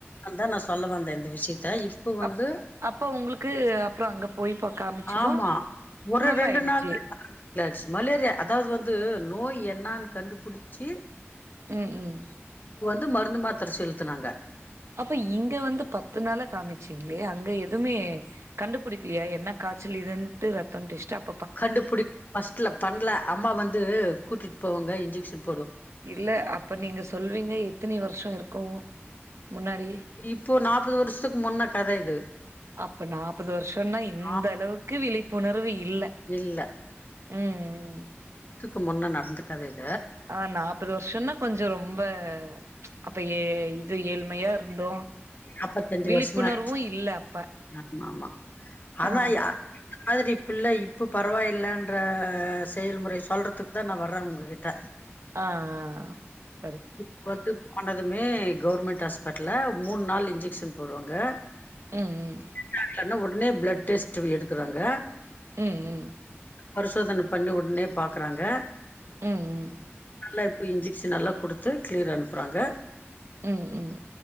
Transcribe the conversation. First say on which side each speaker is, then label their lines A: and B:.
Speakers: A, on the left; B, on the right.
A: அதா நா சொல்ல வந்த இந்த விஷயத் த இப்ப வந்து
B: அப் அப்ப உங்களுக்கு அப்றோ அங்க போய் பா காமிச்சது
A: ஆமா ஒரு
B: நல்லா
A: ரெண்டு
B: ஆயிடுச்சு
A: நாள் <inaudible> மலேரியா அதாவது வந்து நோய் எ என்னானு கண்டுபிடிச்சு
B: ம் ம்
A: து மருந்து மாத்திர செலுத்துனாங்க
B: அப்ப இங்க வந்து பத்து நாள காமிச்சீங்களே அங்க எதுவுமே கண்டுபிடிக்கலியா என்ன காய்ச்சல் இதுட்டு ரத்தன் டெஸ்டு அப்
A: கண்டுபிடி ஃபஸ்ட்ல பண்ணல அம்மா வந்து கூட்டிட் போவுங்க இன்ஜெக்க்ஷன்
B: இல்ல அப்ப நீங்க சொல்வீங்க எத்தினி வருஷ் அத்த இருக்கு முன்னாடி
A: இப்போ நாப்பது வருஷத்துக்கு முன்ன கத இது
B: அப்ப நாற்பது வருஷனா இந்த
A: நாலு
B: அளவுக்கு விழிப்புணர்வு இல்ல
A: இல்ல
B: ம் ம்
A: க்கு முன்ன நடந்த கத இது
B: ஆ நாற்பது வருஷோனா கொஞ்ச ரொம்ப அப்ப ஏ இது ஏழ்மையா இருந்தோ
A: நாப்பத்தஞ்சு
B: விழிப்புணர்வு
A: வருஷமா இருக்கு.
B: இல்ல அப்ப
A: ஆமா ஆமா ஆனா
B: ஆ
A: யா மாதிரி பில்ல இப்ப பரவாயில்லன்ற செயல்முறை சொல்றதுக்கு தா நா வர்ற உங்ககிட்ட
B: ஆ ஆ ஆ
A: இப் வந்து கொண்டதுமே கொர்மெண்ட் ஹஸ்பட்ல மூன் நாள் இன்ஜெக்க்ஷன் போடுவாங்க <inaudible>
B: ம்
A: ஆனா ஒட்னேப் பிளட் டெஸ்ட் வி எடுக்குறாங்க
B: ம் ம்
A: பருஷோதன பண்ணி ஒட்னே பாக்றாங்க
B: ம் ம்
A: எப்பு இன்ஜெக்ஷன் நல்லா குடுத் து கிளீர் அனுப்புறாங்க
B: ம் ம் ம்